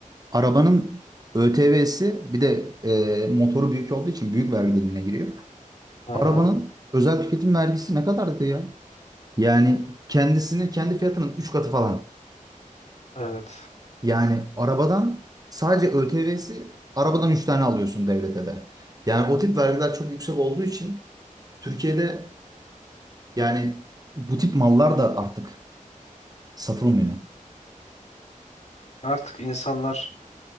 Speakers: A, on the right; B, on the left.
A: Arabanın ÖTV'si bir de eee, motoru büyük olduğu için büyük vergi dilimine giriyor.
B: Hı hı.
A: Arabanın özel tüketim vergisi ne kadardı ya? Yani kendisini kendi fiyatının 3 katı falan.
B: Evet.
A: Yani arabadan sadece ÖTV'si arabadan 3 tane alıyorsun devlete de. Yani o tip vergiler çok yüksek olduğu için Türkiye'de yani bu tip mallar da artık satılmıyor.
B: Artık insanlar